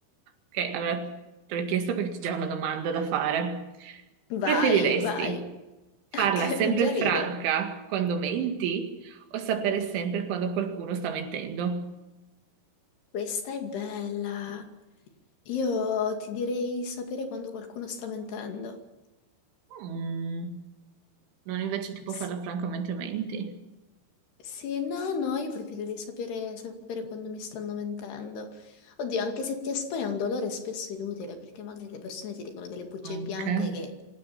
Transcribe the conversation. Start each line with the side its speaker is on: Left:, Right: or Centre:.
Right: Ok, allora te l'ho chiesto perché c'è già una domanda da fare. Preferiresti
Left: Vai, vai.
Right: farla
Left: <laughs> Ok,
Right: sempre
Left: già
Right: franca
Left: rido.
Right: quando menti o sapere sempre quando qualcuno sta mentendo?
Left: Questa è bella. Io ti direi sapere quando qualcuno sta mentendo.
Right: Mm, Non invece tipo
Left: Sì,
Right: farla franca mentre menti?
Left: sì, no, no, io preferirei sapere, sapere quando mi stanno mentendo. Oddio, anche se ti espone a un dolore spesso inutile, perché magari le persone ti dicono delle bugie
Right: Anche.
Left: bianche che